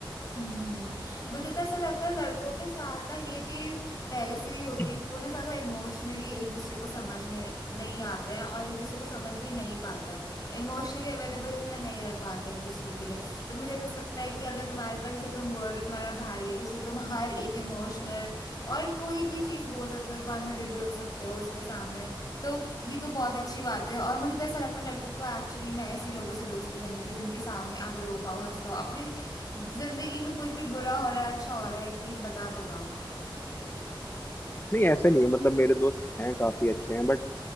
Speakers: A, on the left; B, on the left.
A: हम्म हम्म। मुझे तो ऐसा लगता है लड़कों के साथ ना ये चीज पहले से ही होती
B: कभी
A: है कि वो ना ज्यादा इमोशनली एक दूसरे को समझ में नहीं आते हैं और एक दूसरे को समझ भी नहीं पाते हैं इमोशनली अवेलेबल इतना नहीं रह पाते एक दूसरे के लिए तो मुझे तो ऐसा लगता है कि अगर तुम्हारे पास जैसे तुम बोल रहे हो तुम्हारा भाई है जिससे तुम हर एक इमोशनल और कोई भी चीज बोल सकते हो वल्नरेबल हो सकते हो उसके सामने तो ये तो बहुत अच्छी बात है और मुझे तो ऐसा लगता है लड़कों को एक्चुअली में ऐसे लोगों से दोस्ती करनी चाहिए जिनके सामने आप रो पाओ हंस पाओ अपनी जिंदगी में कुछ भी बुरा हो रहा है अच्छा हो रहा है एटलीस्ट बता तो पाओ
B: नहीं ऐसे नहीं है मतलब मेरे दोस्त हैं काफी अच्छे हैं बट